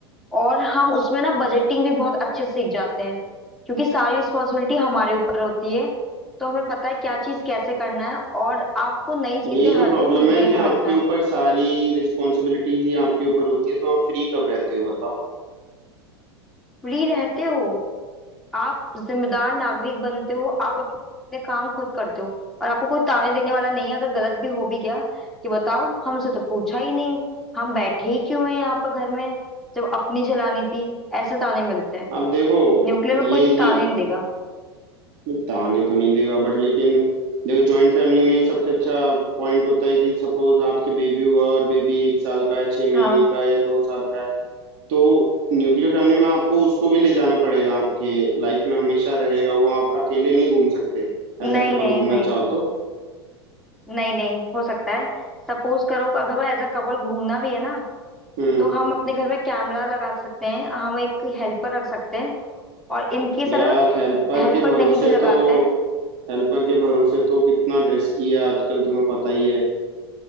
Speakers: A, in the centre; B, on the right (about 50°).
A: और हम उसमें ना बजटिंग भी बहुत अच्छे से सीख जाते हैं क्योंकि सारी रिस्पॉन्सिबिलिटी हमारे ऊपर होती है तो हमें पता है क्या चीज कैसे करना है और आपको नई चीजें
B: यही
A: हर
B: तो प्रॉब्लम
A: दिन सीखने
B: है कि
A: को मिलता
B: आपके
A: है
B: ऊपर सारी रिस्पॉन्सिबिलिटीज ही आपके ऊपर होती है तो आप फ्री कब रहते हो बताओ
A: फ्री रहते हो आप जिम्मेदार नागरिक बनते हो आप अपने काम खुद करते हो और आपको कोई ताने देने वाला नहीं है अगर गलत भी हो भी गया कि बताओ हमसे तो पूछा ही नहीं हम बैठे ही क्यों हैं यहाँ पर घर में जब अपनी चलानी थी ऐसे ताने मिलते हैं
B: अब देखो
A: न्यूक्लियर में
B: ये
A: कोई ताने
B: जी
A: नहीं देगा
B: नहीं ताने तो नहीं देगा बट लेकिन देखो जॉइंट फैमिली में एक सबसे अच्छा पॉइंट होता है कि सपोज आपके बेबी हुआ और बेबी एक साल का है छह महीने
A: हाँ
B: का है या दो साल का है तो न्यूक्लियर फैमिली में आपको उसको भी ले जाना पड़ेगा आपके लाइफ में हमेशा रहेगा वो आप अकेले नहीं घूम सकते एज
A: नहीं
B: अ कपल
A: नहीं
B: घूमना
A: नहीं
B: चाहो तो
A: नहीं नहीं हो सकता है सपोज करो कि अगर मैं एज अ कपल घूमना भी है ना
B: हम्म
A: तो हम अपने घर में कैमरा लगा सकते हैं हम एक हेल्पर रख सकते हैं और इनकेस
B: यार
A: अगर
B: हेल्पर
A: हेल्पर
B: के भरोसे
A: नहीं भी लगाते
B: तो हेल्पर के भरोसे तो कितना रिस्की है आजकल तुम्हें पता ही है